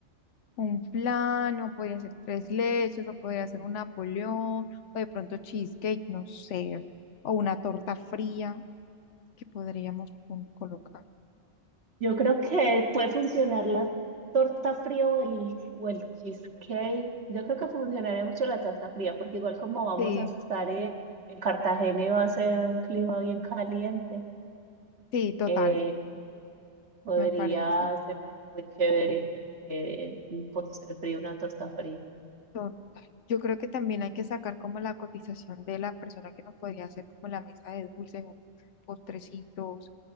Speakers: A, on the left; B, on the right.
A: un flan, o podría ser tres leches, o podría ser un Napoleón, o de pronto cheesecake, no sé, o una torta fría que podríamos pon- colocar.
B: Yo creo que puede funcionar la torta fría o el, o el cheesecake. Yo creo que funcionaría mucho la torta fría, porque igual como vamos
A: Sí,
B: a estar en, en Cartagena y va a ser un clima bien caliente,
A: sí, total,
B: eh, podría
A: me parece.
B: ser como muy chévere eh, un postre frío, una torta fría.
A: Total. Yo creo que también hay que sacar como la cotización de la persona que nos podría hacer como la mesa de dulces o postrecitos,